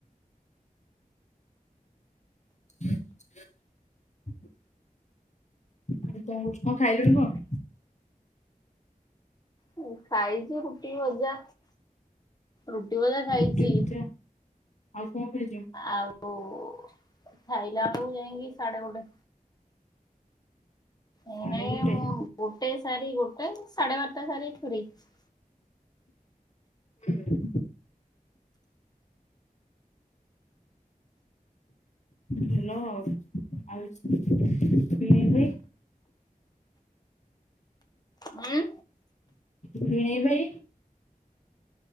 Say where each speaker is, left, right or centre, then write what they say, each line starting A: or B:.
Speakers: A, on the left; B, on the left.
A: ହ <unintelligible> ତୁ କଣ କରଛୁ? କଣ ଖାଇଲୁଣି କଣ?
B: ମୁଁ ଖାଇଚି ରୁଟି, ଭଜା। ରୁଟି, ଭଜା ଖାଇଚି।
A: ରୁଟି ଭଜା ଆଉ କଣ ଖାଇଚୁ?
B: ଆଉ ଖାଇଲା ବେଳକୁ ଯାଇକି ସାଡେ ଗୋଟେ। ଏଇ
A: ସାଢେ
B: ନାଇଁ
A: ଗୋଟେ
B: ଆଉ ଗୋଟେ ସାରି ଗୋଟେ ସାଡେ ବାରଟା ଛାଡିକି କୋଉଠିକି?
A: ହୁଁ। ହାଲୋ ଆଉ <inaudible> ଭିଣେଇ ଭାଇ।
B: ଉଁ
A: ଭିଣେଇ ଭାଇ